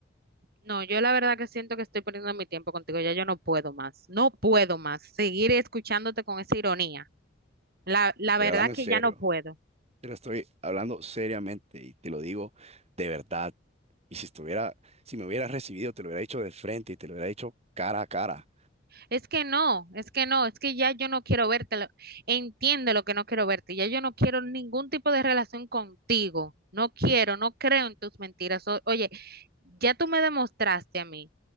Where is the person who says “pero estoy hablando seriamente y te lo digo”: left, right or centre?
Right